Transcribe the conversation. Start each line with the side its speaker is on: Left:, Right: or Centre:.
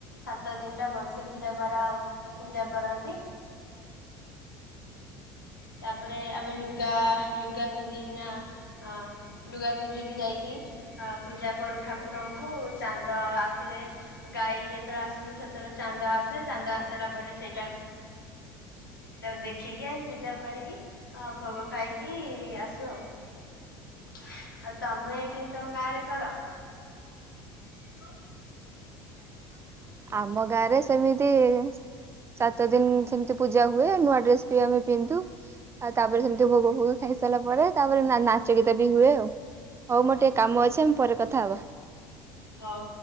Left: ସାତ ଦିନ ଟା ଭଲ ସେ ପୂଜା କରା ପୂଜା କରନ୍ତି। ତାପରେ ଆମେ ଲୁଗା ଲୁଗା ପିନ୍ଧିକିନା ହଁ ଲୁଗା ପିନ୍ଧିକି ଯାଇକି ଅ ପୂଜା କରୁ ଠାକୁରଙ୍କୁ ଚାନ୍ଦ ଆସିଲେ ଗାଈ ଯେତେବେଳେ ଆସନ୍ତି ସେତେବେଳେ ଚାନ୍ଦ ଆସେ ଚାନ୍ଦ ଆସାରିଲା ପରେ ସେଇଟାକୁ ତାପରେ ଦେଖିକି ଆମେ ପୂଜା କରିକି ଭୋଗ ଖାଇକି ଆସୁ ଆଉ। ଆଉ ତମେ କେମିତି ତମ ଗାଁ ରେ କର? ସ
Right: ଆମ ଗାଁରେ ସେମିତି ସାତ ଦିନି ସେମିତି ପୂଜା ହୁଏ ନୂଆ ଡ୍ରେସ ବି ଆମେ ପିନ୍ଧୁ। ଆଉ ତାପରେ ସେମିତି ଭୋଗ ଫୋଗ ଖାଇସାରିଲା ପରେ ତାପରେ ନାଚ ଗୀତ ବି ହୁଏ ଆଉ। ହୋଉ ମୋର ଟିକେ କାମ ଅଛି ଆମେ ପରେ କଥା ହବା।
Left: ହଉ।